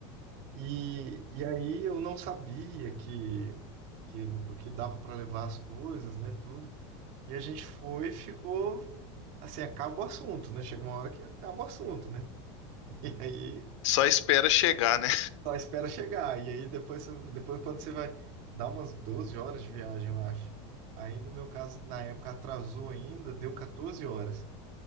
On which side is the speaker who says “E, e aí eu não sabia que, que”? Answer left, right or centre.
Right